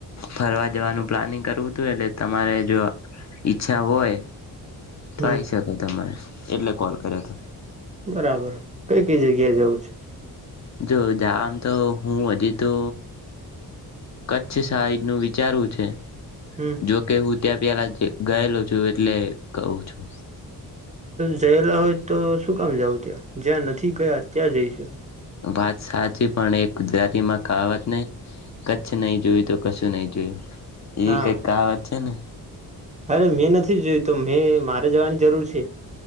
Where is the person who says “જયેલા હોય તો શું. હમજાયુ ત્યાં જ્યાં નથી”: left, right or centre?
Right